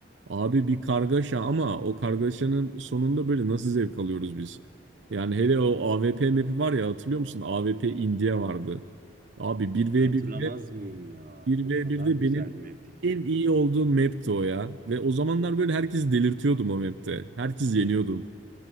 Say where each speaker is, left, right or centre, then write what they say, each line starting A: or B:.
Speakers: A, on the right; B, on the right.
A: Abi bir kargaşa ama o kargaşanın sonunda böyle nasıl zevk alıyoruz biz? Yani hele o A W P map'i var ya hatırlıyor musun? A W P India vardı. Abi bir
B: Aga
A: v
B: hatırlamaz
A: birde
B: mıyım ya?
A: bir
B: O
A: v
B: kadar
A: birde
B: güzel
A: benim
B: bir mapti ki.
A: en iyi olduğum map'ti o ya. Ve o zamanlar böyle herkesi delirtiyordum o map'te. Herkes yeniyordum.